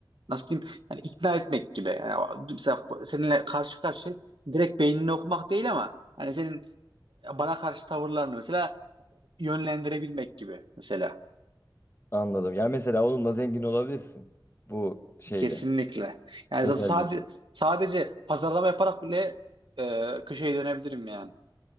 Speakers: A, on the right; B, on the left.
A: nasıl diyeyim yani ikna etmek gibi. Yani mesela seninle karşı karşıya direkt beynini okumak değil ama yani senin bana karşı tavırlarını mesela yönlendirebilmek gibi mesela.
B: Anladım. Ya mesela onunla zengin olabilirsin. Bu şeyle.
A: Kesinlikle. Yani
B: Özel
A: sadece
B: güç.
A: sadece pazarlama yaparak bile e, köşeye dönebilirim yani.